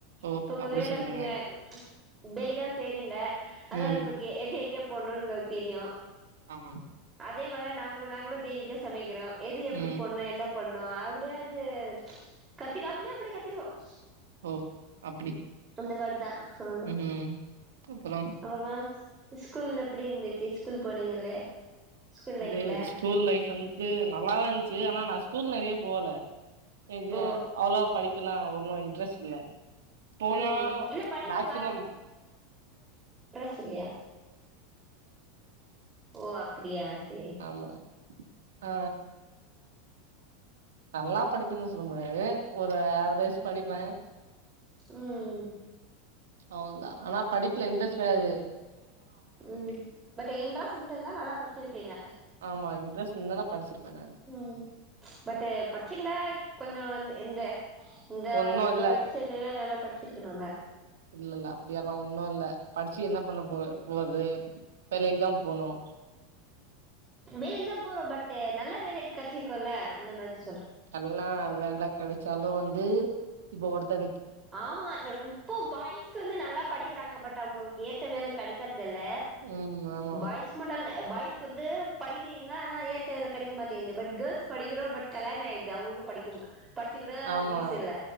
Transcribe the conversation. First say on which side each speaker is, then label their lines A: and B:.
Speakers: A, on the right; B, on the right.
A: ஓ!
B: இப்ப உங்க
A: அப்டி
B: வேலை
A: சொல்றீங்க.
B: அப்பனீங்க டெய் லி தான் செய்றீங்க அதா
A: ம்.
B: உங்கள்கு எது எங்க பொன்னுங்களுக்கு தெரியும்
A: ஆமா
B: அதே மாரி நாங்களும் நாங்களும் டெய்லியும் சமைக்கிறோம் எது எப்படி
A: ம்.
B: போன்னும் என்ன பண்ணும் அப்படியாவது கத்துக்காமலா அப்டி கத்துக்குறும்
A: ஓ! அப்டி.
B: அந்த மாரிதான் ஆ
A: ம்ஹ்ம். அப்புறம்
B: ஆமா ஸ்கூல் எப்படி இருந்துச்சு ஸ்கூல் போனீங்களே ஸ்கூல் லைஃப்ல
A: இது ஸ்கூல் லைஃப் வந் ம்ம் நல்லாதான் இருந்ச்சு ஆனா நான் ஸ்கூல் நெறைய போகல எது
B: ஓ
A: அவ்ளோ படிப்பு எல்லாம் ஒன்னும் இன்ட்ரெஸ்ட் இல்ல போனா
B: ம் இல்ல படிப்பு
A: மேக்சிமம்
B: ல்லயா ஒ அப்டியா சரி
A: ஆமா. ஆ நல்லா படிப்பேன்னு சொல்ல முடியாது ஒரு ஆவரேஜ் படிப்பேன்
B: ம்ம்
A: அவ்ளவு தான் ஆனா படிப்புல இன்ட்ரெஸ்ட் வராது
B: ம் பட் இன்ட்ரஸ்ட் இருந்திருந்தா நல்லா படிச்சிருப்பீங்க
A: ஆமா இன்ட்ரெஸ்ட் இருந்தா படிச்சிருப்பே நானு
B: ம் பட் படிச்சிருந்தா கொஞ்சம் வந் இந்த இந்த
A: ஒன்னு
B: <unintelligible>
A: இல்ல
B: நல்லா ப படிச்சிருக்கலாம்ல
A: இல்ல இல்ல அப்டி எல்லாம் ஒன்னும் இல்ல படிச்சு என்ன பண்ண போ போறது வேலைக்கு தான் போணும்
B: வேலைக்கு தான் போறோம் பட் நல்ல வேலைக் கடச்சிருக்கோல அந்த மாரி
A: நல்ல வேல கடச்சாலும் வந் இது இப்ப ஒருத்த
B: ஆமா இப்போ பாய்ஸ்க்கு வந்து நல்லா படிக்கிறாங்க பட் அவங்களுக்கு ஏத்த வேலை கெடைக்கிறது இல்ல
A: ம் ஆமா
B: பாய்ஸ்கு மட்டும் இல்ல பாய்ஸ் வந்து படிக்கிறீங்க ஆனா ஏத்த வேல கெடைக்க மாட்டேங்குது பட் கேர்ஸ் படிக்கிறோம் பட் கல்யாணம் ஆயடுது அவங்களுக்கும் படிக்கும் படிச்சி கூட
A: ஆமா
B: யூஸ் இல்ல